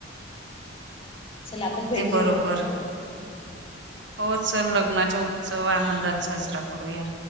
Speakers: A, on the left; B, on the right.
A: चला आपण
B: अगदी
A: भेटूया
B: बरोबर
A: मग नंतर
B: हो चल लग्नाचा उत्सव आनंदात साजरा करूया